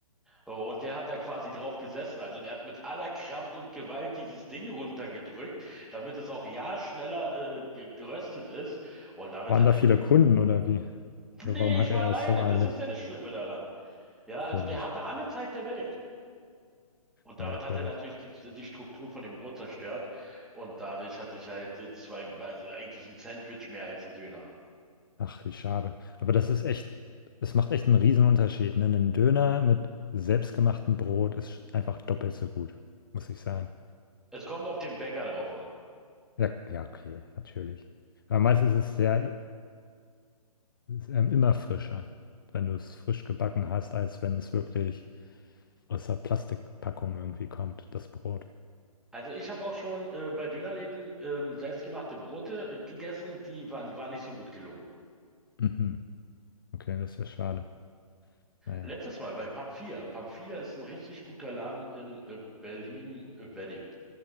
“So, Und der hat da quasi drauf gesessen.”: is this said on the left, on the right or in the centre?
Centre